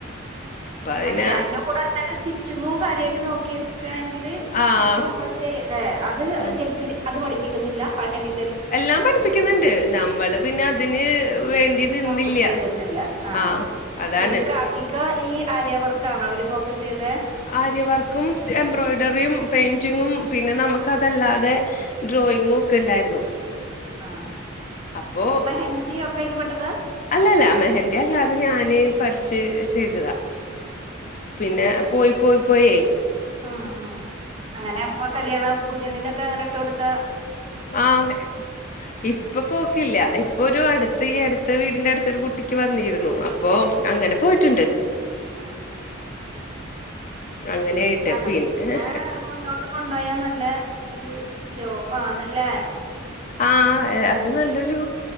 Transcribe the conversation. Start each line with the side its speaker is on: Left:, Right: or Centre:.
Left: അതിന്
Right: അല്ലെ അതിന്റെ കൂടെ ത്തന്നെ സ്റ്റിച്ചിങ്ങും കാര്യമായിട്ട് നോക്കി. ണെങ്കിൽ
Left: ആഹ്
Right: സ്റ്റിച്ച് നമ്മൾ ചെയ അല്ലെ അത്
Left: ആഹ്
Right: അത് പഠിപ്പിക്കുന്നില്ല ഫാഷൻ ഡി
Left: എല്ലാം പഠിപ്പിക്കുന്നുണ്ട് നമ്മള് പിന്നെ അതിന് വേണ്ടി നിന്നില്ല.
Right: ഫോകസ് ചെയ്തിട്ടില്ല. ആഹ
Left: ആഹ് അതാണ്.
Right: ശരിക്ക് അധികം ഈ ആര്യയവർക്ക് കാണോ അവര് ഫോക്കസ് ചെയ്ത്
Left: ആര്യവർക്കും എംബ്രോയിഡറിയും പെയിന്റിങ്ങും പിന്നെ നമുക്കതല്ലാതെ ഡ്രോയിങ്ങും ഒക്കെ ഉണ്ടായിരുന്നു.
Right: ആഹെ
Left: അപ്പോ
Right: മെഹന്ദിയ ഒക്കെ അയിൽ പെട്ടത
Left: അല്ലല്ല മെഹന്ദതി അല്ലാതെ ഞാന് പഠി ചെ ചെയ്തതാ പിന്നെ പോയി, പോയി പോയെ.
Right: ആ ആ അങ്ങനെപ്പൊ കല്യാണ പുതിയണ്ണിനൊക്കെ അങ്ങനെ ഇട്ടോടുത്ത
Left: ആഹ് ഇപ്പൊ പോക്കില്ല. ഇപ്പൊ ഒരു അട് ഈ അടുത്ത് വീടിന്റെ അടുത്തൊരു കുട്ടിക്ക് വന്നിരുന്നു അപ്പൊ അങ്ങനെ പോയിട്ടുണ്ട്
Right: ആഹ് ശരി
Left: അങ്ങനെയായിട്ട്
Right: അതൊക്കെ
Left: പിന്നെ
Right: മുന്നോട്ട് കൊണ്ടുപോയാ നല്ല ഒരു ജോബാണ്ല്ലേ.
Left: ആ അത് നല്ലൊരു,